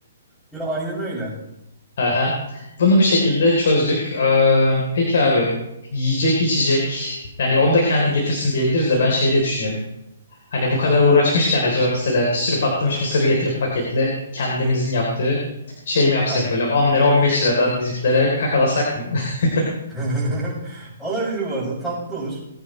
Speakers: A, in the centre; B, on the left (about 65°).
A: Ya aynen öyle.
B: <laughs> Aha. Bunu bir şekilde çözdük. Ee, peki abi yiyecek içecek yani onu da kendi getirsin diyebiliriz de ben şeyi de düşünüyorum. Hani bu kadar
A: Ha.
B: uğraşmışken acaba mesela bir sürü patlamış mısır getirip paketle kendimizin yaptığı şey mi yapsak
A: Ha.
B: böyle 10 lira 15 liradan bizimkilere kakalasak mı? <laughs>
A: <laughs> Olabilir bu arada. Tatlı olur.